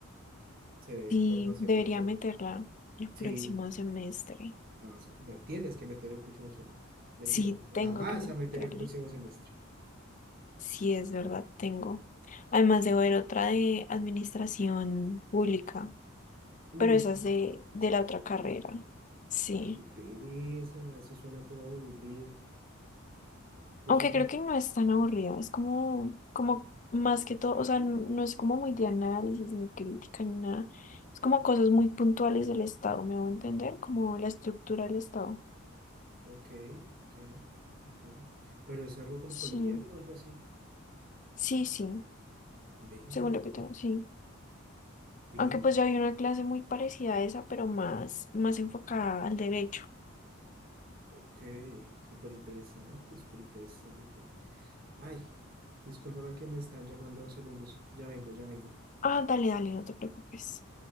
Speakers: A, on the right; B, on the left.
A: Se ve
B: Sí,
A: formación
B: debería
A: de...
B: meterla el próximo
A: Sí,
B: semestre.
A: la, vas a- la tienes que meter el próximo semestre. Mentira,
B: Sí,
A: la
B: tengo
A: vas
B: que meterla.
A: a meter el próximo semestre.
B: Sí, es verdad, tengo. Además, debo ver otra de administración pública.
A: Uy,
B: pero esa
A: qué
B: es de,
A: pereza,
B: de la otra carrera. Sí.
A: qué pereza, eso suena todo aburrido. Eso
B: Aunque
A: suena.
B: creo que no es tan aburrida, es como, como más que todo, o sea, no, no es como muy de análisis, ni crítica, ni nada. Es como cosas muy puntuales del Estado, me hago entender, como la estructura del Estado.
A: Ok, ok, ok. Pero es algo como
B: Sí,
A: colombiano o algo así.
B: sí, sí,
A: Ve,
B: según lo que tengo, sí.
A: ve.
B: Aunque pues ya había una clase muy parecida a esa, pero más, más enfocada al derecho.
A: Ok, súper interesante, súper interesante. Ay, discúlpame que me están llamando dos segundos. Ya vengo, ya vengo.
B: Ah, dale, dale, no te preocupes.